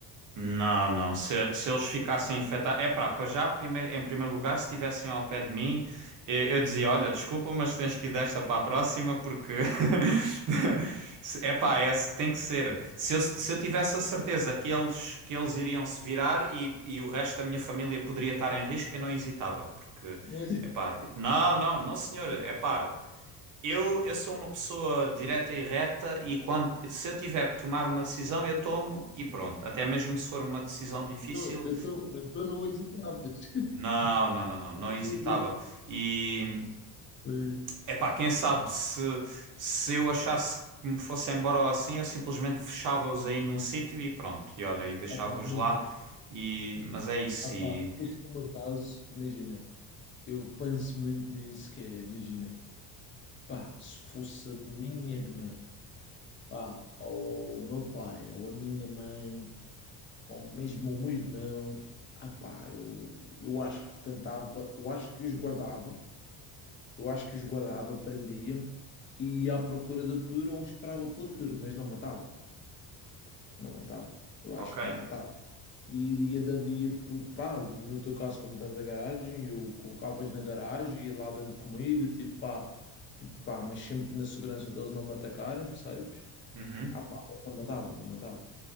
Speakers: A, on the right (about 45°); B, on the left (about 30°).
A: Não, não. Se, se eles ficassem infectados. É pá, para já, primeiro, em primeiro lugar, se estivessem ao pé de mim, eu, eu dizia: Olha, desculpa, mas tens que ir desta para a próxima, porque. <laughs> Se- É pá, é, se- tem que ser. Se eu, se eu tivesse a certeza que eles, que eles iriam se virar e, e o resto da minha família poderia estar em risco, eu não hesitava, porque.
B: Pois.
A: É pá, não, não, não, senhor. É pá. Eu, eu sou uma pessoa direta e reta e quando, se eu tiver que tomar uma decisão, eu tomo e pronto. Até mesmo se for uma decisão difícil,
B: Não, então, então não hesitavas. <laughs>
A: não, não, não, não, não hesitava.
B: Não hesi-
A: E
B: Eh,
A: é para quem sabe se, se eu achasse que me fosse embora ou assim, eu simplesmente fechava-os aí num sítio e pronto. E olha, e deixava-os
B: Ah, pá, imagina.
A: lá. E, mas é isso.
B: Ah, pá,
A: E...
B: se fosse no meu caso, imagina. Eu penso muito nisso, que é, imagina. Pá, se fosse a minha irmã, pá, ou o meu pai, ou a minha mãe, ou mesmo o meu irmão, ah, pá, eu, eu acho que tentava, eu acho que os guardava, eu acho que os guardava, prendia, e à procura da cura ou esperava pela cura, mas não matava. Não matava. Eu acho
A: Ok.
B: que não matava. E iria dando, ia, pá, no teu caso, como tens a garagem, eu colocavas na garagem e lá dando comida, tipo, pá, tipo, pá, mas sempre na segurança deles não me atacarem, percebes?
A: Uhum.
B: Ah, pá, mas não matava, não matava.